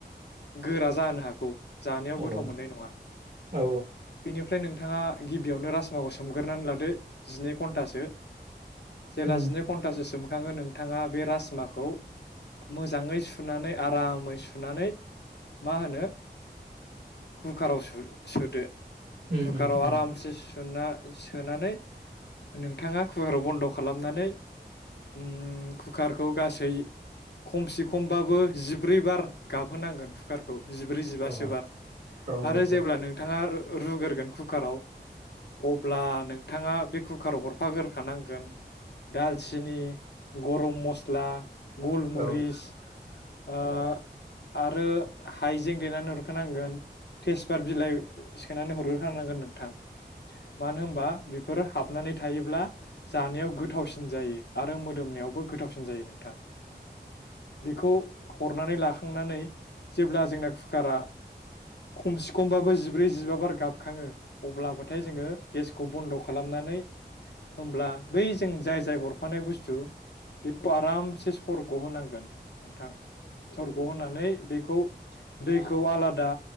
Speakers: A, on the left (about 75°); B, on the right (about 80°).
A: गोरा जानो हागौ। जानायाव गोथाव
B: औ
A: मोननाय नङा
B: औ
A: बेनिफ्राय नों थाङा गिबियावनो राजमाखौ सोमग्रोनानै लादो जिनै घन्टासो जेला
B: उम
A: जिनै घन्टासोसोम आङो नोंथाङा बे राजमाखौ मोजाङै सु उनानै आरामै सुनानै मा होनो कुकाराव सो सोदो
B: उम
A: कुकाराव
B: उम
A: आरामसे
B: उम
A: सुना सोनानै नोंथाङा कुकाराव बन्द' खालामनानै ओम कुकारखौ गासै खमसे खम होमबाबो जिब्रै बार गाबहोनांगोन कुकारखौ। जिब्रै जिबासो
B: अ
A: बार
B: औ औ
A: आरो
B: औ
A: जेब्ला नोंथाङा रुगोरगोन कुकाराव अब्ला नोंथाङा बे कुकाराव हरफागोरखानांगोन दालचिनि गरम मस्ला गलमरिस
B: औ
A: आ। आरो हाइजें देना ला हरखानांगोन तेसपा बिलाइ सोनानै हरगोखानांगोन नोंथां मानो होमबा बेफोरो हाब हनानै थायोब्ला जानायाव गोथावसिन जायो आरो मोदोमनायावबो गोथावसिन जायो नोंथां बेखौ हरनानै लाखांनानै जेब्ला जोंना कुकारा खमसेखमबाबो जिब्रै जिबा बार गाबखाङो अब्लाबथाय जोङो गेसखौ बन्द' खालामनानै ओमब्ला बै जों जाय जाय हरफानाय बुस्थु बेखौ आरामसे सरग' होनांगोन नोथां सरग' होनानै बेखौ दैखौ आलादा